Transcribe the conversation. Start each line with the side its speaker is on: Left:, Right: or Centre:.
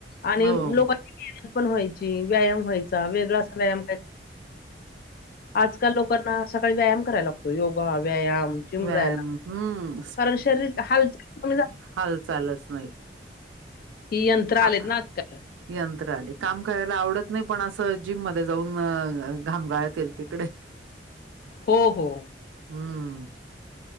Left: आणि
Right: हो.
Left: लोकां पण्हायची व्यायाम व्हायचा वेगळा असा व्यायाम कय आजकाल लोकांना सकाळी व्यायाम करायला योगा व्यायाम जिम
Right: व्यायाम
Left: जायला
Right: हम्म.
Left: कारण शरीर हालचाल कमी
Right: हाल चालच नाही
Left: हि यंत्र
Right: का
Left: आलेत ना आज काय
Right: यंत्र आले काम करायला आवडत नाही पण असं जिम मध्ये जाऊन घामगाळत येईल तिकडे <inaudible>
Left: हो हो
Right: हम्म